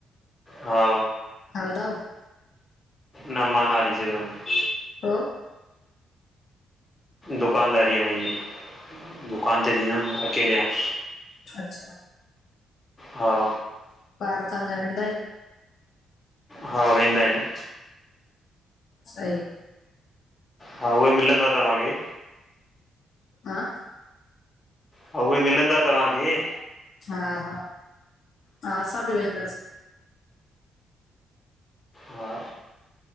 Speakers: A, on the left; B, on the left.
A: हा।
B: हलदव?
A: न मां न हली सिगा थो।
B: जो?
A: दुकानदारी आ मुंहिंजी, दुकान ते वेहिदम न अकेले आं।
B: अच्छा।
A: हा।
B: ॿार तव्हांजा वेंदा ईन?
A: हा वेंदा आहिनि।
B: सही।
A: हा उहे ही मिलंदा तव्हांखे।
B: हां
A: हा उहे ही मिलंदा तव्हांखे।
B: हा हा, हा असां बि वेंदासीं।
A: हा